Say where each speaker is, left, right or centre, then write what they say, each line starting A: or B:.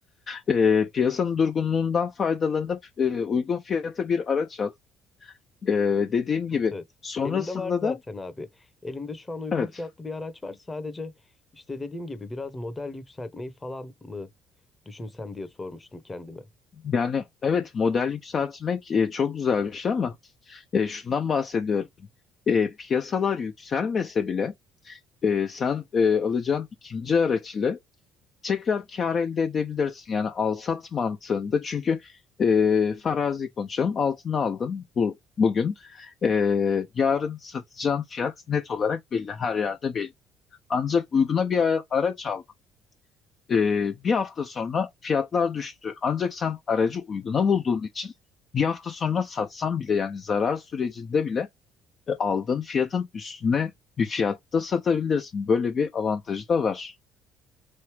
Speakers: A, on the left (about 40°); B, on the left (about 20°).
A: E, piyasanın durgunluğundan faydalanıp e, uygun fiyata bir araç al. E, dediğim gibi
B: Evet. evet.
A: sonrasında
B: Elimde var zaten
A: da
B: abi. Elimde şu an uygun
A: evet
B: fiyatlı bir araç var. Sadece işte dediğim gibi biraz model yükseltmeyi falan mı düşünsem diye sormuştum kendime.
A: yani evet model yükseltmek e, çok güzel bir şey ama e, şundan bahsediyorum. E, piyasalar yükselmese bile e, sen e, alacağın ikinci araç ile tekrar kar elde edebilirsin. Yani al-sat mantığında çünkü e, farazi konuşalım altını aldın bu bugün E, yarın satacağın fiyat net olarak belli her yerde belli. Ancak uyguna bir ara- araç aldın. E, bir hafta sonra fiyatlar düştü. Ancak sen aracı uyguna bulduğun için bir hafta sonra satsan bile yani zarar sürecinde bile e, aldığın fiyatın üstüne bir fiyatta satabilirsin. Böyle bir avantajı da var.